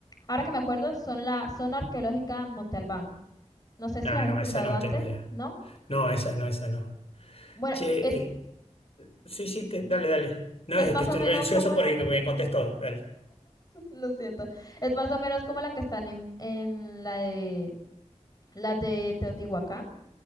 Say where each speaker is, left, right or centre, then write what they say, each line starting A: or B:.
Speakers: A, on the left; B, on the left.
A: ahora que me acuerdo, son la zona arqueológica Monte Albán. No sé si
B: Ah,
A: las has
B: no,
A: escuchado
B: esa no
A: antes,
B: tengo idea.
A: ¿no?
B: No, esa no, esa no.
A: Bueno,
B: Che,
A: es,
B: eh, sí, sí, te- dale, dale. No,
A: es
B: es
A: más
B: que estuve
A: o menos
B: ansioso
A: como
B: por
A: la
B: que me contestó. Dale.
A: Lo siento. Es más o menos como la que están en, en la de las de Teotihuacán.